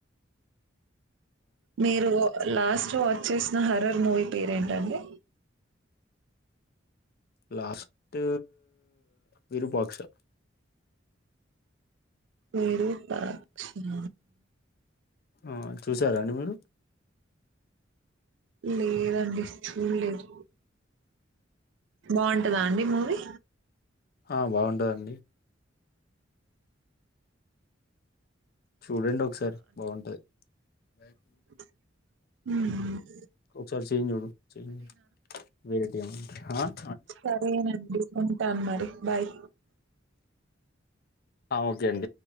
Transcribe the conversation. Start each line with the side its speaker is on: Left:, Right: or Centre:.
Right: మీరు లాస్ట్ వాచ్ చేసిన హర్రర్ మూవీ పేరేంటండి
Left: లాస్ట్ విరూపాక్ష
Right: విరూపా క్షి య
Left: ఆ చూసారాండి మీరు
Right: లేదండి చూడలేదు బాగుంటదా అండి మూవీ
Left: ఆ బాగుంటదండి చూడండి ఒకసారి బాగుంటది బాయ్ <inaudible>
Right: హ హ
Left: ఒకసారి చైన్ చూడు చైన్ వేరే ఆ
Right: సరేనండి ఉంటాన్ మరి బాయ్
Left: ఓకే అండి